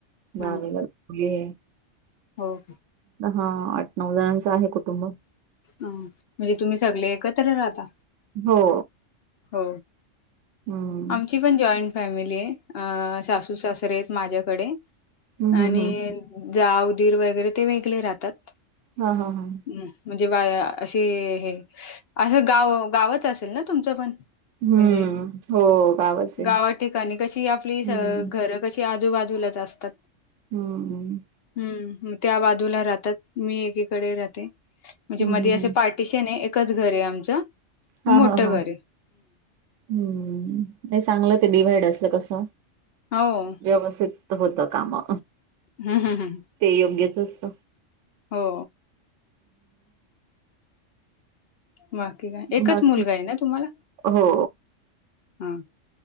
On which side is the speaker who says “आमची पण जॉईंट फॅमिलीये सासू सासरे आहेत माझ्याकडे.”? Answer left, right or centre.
Left